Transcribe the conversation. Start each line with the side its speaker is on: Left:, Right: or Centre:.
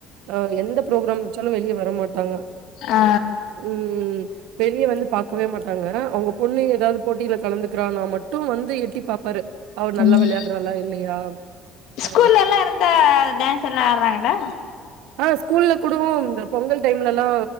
Right: ஆ எந்த புரோகிரம் வச்சாலு வெளியே வர மாட்டாங்க
Left: ஆ
Right: ம் வெளியே வந்து பாக்கவே மாட் டாங்க அவங்க பொண்ணு ஏதாவது போட்டியில கலந்துக்கிறான்னா மட்டு வந்து எட்டிப் பாப்பாரு அவ நல்லா
Left: ம்
Right: விளையாடுறலா இல்லையா
Left: ஸ்கூல்ல
Right: அ
Left: எல்லா இருந்தா டான்ஸ் எல்லா ஆடறாங்களா
Right: ஆ ஸ்கூல்ல கூடவு இந்த பொங்கல் டைம்லல்லா